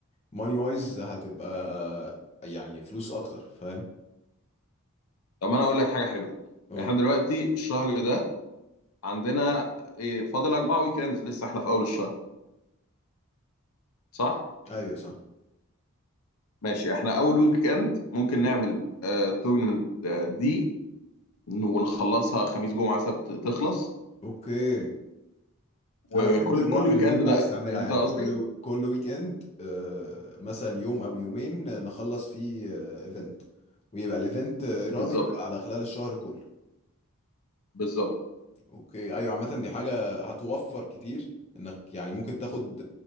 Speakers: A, on the left (about 30°); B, on the left (about 80°).
A: ماني وايز هتبقى يعني فلوس اكتر فاهم
B: طب ما انا اقول لك حاجه حلوه
A: قولي
B: احنا دلوقتي الشهر ده عندنا إيه، فاضل اربع ويك اندز لسه احنا في اول الشهر صح
A: ايوه صح
B: ماشي احنا اول ويك اند ممكن نعمل آه تورنمنت آه دي ونخلصها خميس جمعه سبت تخلص
A: اوكي
B: وكل
A: انا فهمت الرن
B: كل ويك
A: اللي
B: اند
A: انت
B: بقى
A: عايز تعملها
B: فهمت
A: يعني
B: قصدي
A: كل كل ويك اند آه، مثلا يوم او يومين آه، نخلص فيه ايفنت ويبقى الايفنت راننج
B: بالظبط
A: على خلال الشهر كله
B: بالظبط
A: اوكي ايوه عامه دي حاجه هتوفر كتير انك يعني ممكن تاخد